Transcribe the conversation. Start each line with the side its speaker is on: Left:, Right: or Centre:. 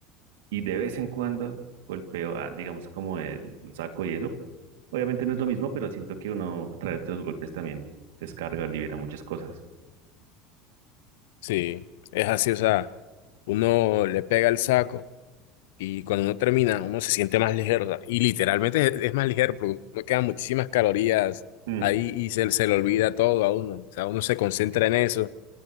Right: y de vez en cuando golpeo a, digamos, como el saco y eso. Obviamente no es lo mismo, pero siento que uno a través de los golpes también descarga, libera muchas cosas.
Left: Sí, es así, o sea, uno le pega el saco y cuando uno termina, uno se siente más ligero, o sea, y literalmente es, es más ligero, porque uno quedan muchísimas calorías
Right: Mm.
Left: ahí y se, se le olvida todo a uno, o sea, uno se concentra en eso,